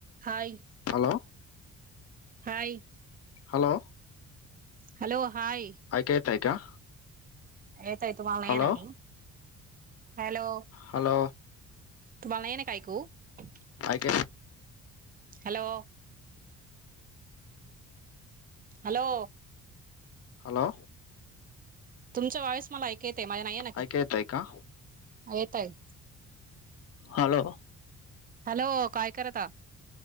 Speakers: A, on the right (about 30°); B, on the left (about 50°).
A: हाय
B: hello
A: hi
B: hello
A: hello hi
B: ऐका येतय का?
A: येताय का तुम्ही
B: हॅलो
A: नक्की नकी हॅलो
B: हॅलो
A: तुम्हाला नाहीय ना कायकू <unintelligible>
B: का काे <unintelligible>
A: हॅलो हॅलो
B: हॅलो
A: तुमच्या वॉईस मला ऐकेत आहे माझ्या नाही <unintelligible>
B: ऐकायला येतं का?
A: येतय.
B: हॅलो
A: हॅलो काय करता.